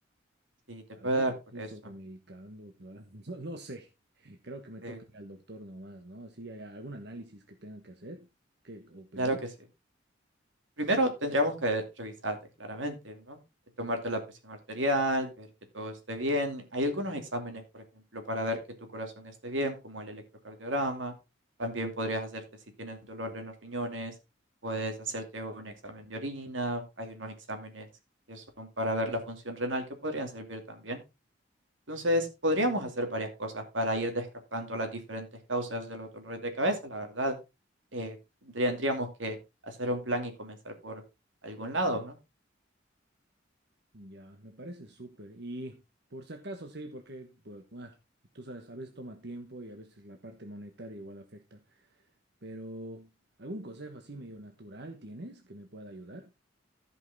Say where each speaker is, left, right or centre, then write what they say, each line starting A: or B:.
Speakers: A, on the right (about 85°); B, on the right (about 60°).
A: Si te
B: Tal
A: puede
B: vez
A: dar
B: me estoy
A: por eso.
B: sobremedicando, <laughs> no, no- no sé. Creo que me
A: Sí,
B: toca ir al doctor nomás, ¿no? Así hay algún análisis que tengan que hacer que, o pedir.
A: claro que sí. Primero tendríamos que revisarte claramente, ¿no? Eh, Tomarte la presión arterial, ver que todo esté bien. Hay algunos exámenes, por ejemplo, para ver que tu corazón esté bien, como el electrocardiograma. También podrías hacerte si tienes dolor en los riñones, puedes hacerte un examen de orina. Hay unos exámenes que son para ver la función renal que podrían servir también. Entonces, podríamos hacer varias cosas para ir descartando las diferentes causas de los dolores de cabeza, la verdad. Eh, tendríamos que hacer un plan y comenzar por algún lado, ¿no?
B: Ya, me parece súper. Y por si acaso, sí, porque, pues, bueno, tú sabes, a veces toma tiempo y a veces la parte monetaria igual afecta. Pero, ¿algún consejo así medio natural tienes que me pueda ayudar?